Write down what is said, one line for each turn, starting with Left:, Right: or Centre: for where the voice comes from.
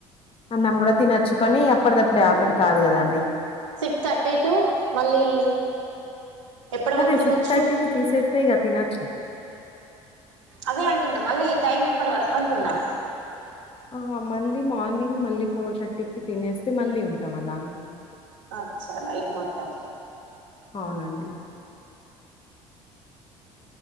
Left: అన్నం కూడా తినచ్చుకాని, అప్పటిదప్పుడే ఆకలి కాదు కదండి.
Right: సిక్స్ థర్టీ టు మళ్ళీ. ఎప్పటి
Left: అదే
Right: వరకు తినొచ్చు
Left: సిక్స్ థర్టీకి తీసేస్తే ఇగా తినొచ్చు.
Right: అదే అంటున్నా, మళ్ళీ ఈ టైం ఎప్పటి వరకు అంటున్నాం.
Left: ఆ మళ్ళీ మార్నింగ్, మళ్ళీ ఫోర్ థర్టీకిి తినేస్తే, మళ్ళీ ఉంటాం. అలానే
Right: అచ్చా నైట్ మొత్తం.
Left: అవునండి!